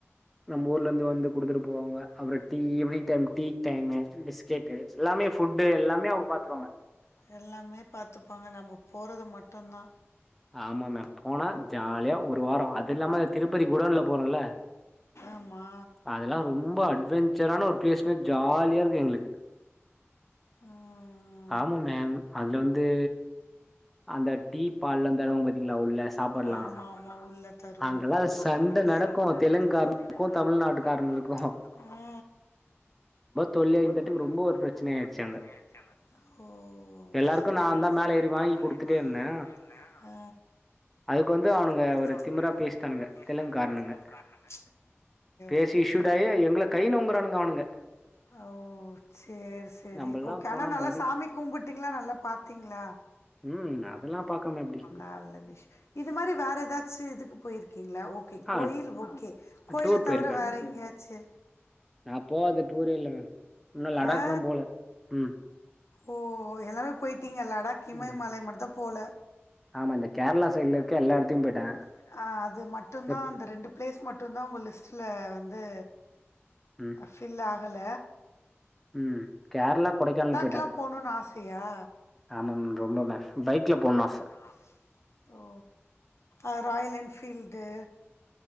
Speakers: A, in the centre; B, on the left.
A: நம்ம ஊர்ல இருந்து வந்து கொடுத்துட்டு போவாங்க அவர tea evening time tea time biscuit எல்லாமே ஃபுட்டு எல்லாமே அவங்க பாத்துருவாங்க
B: எல்லாமே பாத்துப்பாங்க நம்ப போறது மட்டு தா
A: ஆமா மேம் போனா ஜாலியா ஒரு வாரோ அது இல்லாம திருப்பதி குடோன்ல போறோல
B: ஆமா
A: அதெல்லா ரொம்ப அட்வெஞ்சரான ஒரு பிளேஸ்ன்னே ஜாலியா இருக்கு எங்களுக்கு
B: ம்
A: ஆமா மேம் அது வந்து அந்த டீ பால்ல தருவாங்க பாத்தீங்களா உள்ள சாப்பாடுலா
B: ஆமா ஆமா உள்ள த ருவாங்க
A: அங்கெல்லா சண்ட
B: அங்கெல்லா
A: நடக்கு
B: சண்ட
A: தெலுங்காரனுக்கு
B: நடக்கு தெலுங்காரனுக்கு
A: தமிழ்நாட்டுக்காரனுக்கு
B: தமிழ்நாட்டுக்காரனுக் ஆ
A: தொல்லியா
B: ரொம்ப
A: இந்த
B: தொல்லயா
A: டைம் ரொம்ப
B: இருந்துட்டு
A: ஒரு
B: இப்ப
A: பிரச்சனை
B: ரொம்ப
A: ஆயிடுச்சு
B: ஒரு பிரச்சன
A: அங்க
B: ஆயிடுச்சு அங்க ஓ
A: எல்லாருக்கு
B: செரி
A: நா
B: எல்லாருக்கு
A: தா மேல
B: நா
A: ஏறி வாங்கி
B: தா மேல
A: குடுத்துட்டே
B: ஏறி வாங்கி
A: இருந்தே
B: குடுத்துட்டே இருந்தே அ
A: அதுக்கு வந்து அவனுங்க
B: அதுக்கு வந்து
A: ஒரு
B: அவனுங்க
A: திமிரா
B: ஒரு
A: பேசிட்டானுங்க
B: திமிரா பேசிட்டானுங்க
A: தெலுங்குக்காரனுங்க
B: தெலுங்காரணுங்க
A: பேசி
B: ஓகே
A: இஷுடாயி எங்கள கைனூங்குறானுங்க அவனுங்க
B: ஓ சேரி சேரி
A: நம்மல்லா
B: ஓகே
A: போனா
B: ஆனா நல்லா
A: மது
B: சாமி கும்பிட் எல்லா நல்லா பாத்தீங்ளா
A: ம் அதெல்லா பாக்காம எப்டி
B: நாலு விஷ் இது மாரி வேற ஏதாச்சு இதுக்கு போயிருக்கீங்ளா ஓ கே
A: ஆ
B: கோயில் ஓகே கோயில
A: டூர்
B: தவிர
A: போயிருக்கே
B: வேற எங்கேயாச்சு
A: நா போவாத டூரே இல்லங்க இன்னு லடாக்
B: ஆ
A: தா போல ம்
B: ஓ எல்லாமே போயிட்டீங்க லடாக் இமயமலை
A: ம்
B: மட்டு போல
A: ஆமா இந்த கேரளா
B: அந்த
A: சைட்ல
B: கேரளா
A: இருக்க
B: கோயில்ல இருக்கிற
A: போயிட்டே
B: எல்லா எடத்துக்கு போயிட்டே ஆ அது மட்டுதா
A: இந்த
B: அந்த ரெண்டு பிளேஸ் மட்டு தா உங்க லிஸ்ட்ல வந்து
A: ம்
B: ஃபில் ஆகல
A: ம் கேரளா கொடைக்கானல் பொய்
B: டூர் போணுன்னு ஆசையா
A: ஆமா மேம் ரொம்ப மேம் பைக்ல போணு ஆச
B: ஆ ஓ அ ராயல் என்ஃபீல்டு